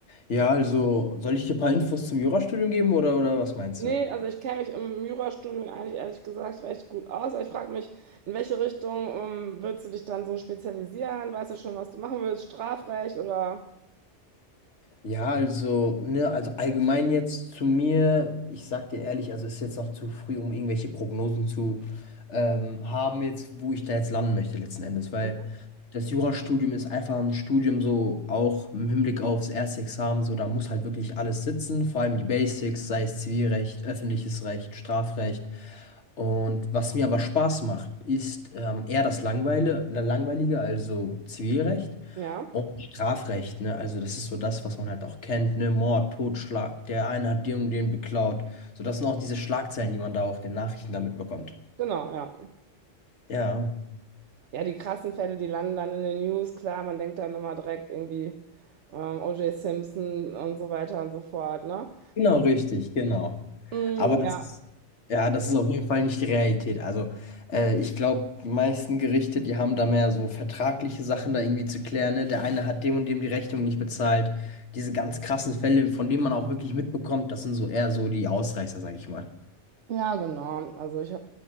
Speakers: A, on the left (about 70°); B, on the right (about 75°).
A: Ja, also soll ich dir ein paar Infos zum Jurastudium geben oder, oder was meinst
B: Nee,
A: du?
B: also ich kenne mich im Jurastudium eigentlich ehrlich gesagt recht gut aus. Ich frage mich, in welche Richtung, ähm, willst du dich dann so spezialisieren? Weißt du schon, was du machen willst? Strafrecht oder?
A: Ja, also, ne, also allgemein jetzt zu mir, ich sag dir ehrlich, also es ist jetzt noch zu früh, um irgendwelche Prognosen zu ähm, haben, jetzt, wo ich da jetzt landen möchte letzten Endes, weil
B: Mhm.
A: das Jurastudium ist einfach ein Studium so auch im Hinblick aufs erste Examen, so da muss halt wirklich alles sitzen, vor allem die Basics, sei es Zivilrecht, öffentliches Recht, Strafrecht. Und was mir aber Spaß macht, ist ähm, eher das Langweile, Langweilige, also Zivilrecht.
B: Ja,
A: Und Strafrecht, ne? Also das ist so das, was man halt auch kennt, ne? Mord, Totschlag, der eine hat den und den beklaut. So, das sind auch diese Schlagzeilen, die man da auch in den Nachrichten damit bekommt.
B: genau, ja.
A: Ja,
B: Ja, die krassen Fälle, die landen dann in den News, klar, man denkt dann immer direkt irgendwie ähm, O.J. Simpson und so weiter und so fort, ne?
A: genau richtig, genau.
B: Mm,
A: Aber das
B: ja,
A: ist, ja, das ist auf jeden Fall nicht die Realität. Also äh, ich glaube, die meisten Gerichte, die haben da mehr so vertragliche Sachen da irgendwie zu klären, ne? Der eine hat dem und dem die Rechnung nicht bezahlt. Diese ganz krassen Fälle, von denen man auch wirklich mitbekommt, das sind so eher so die Ausreißer, sag ich mal.
B: ja, genau. Also ich habe,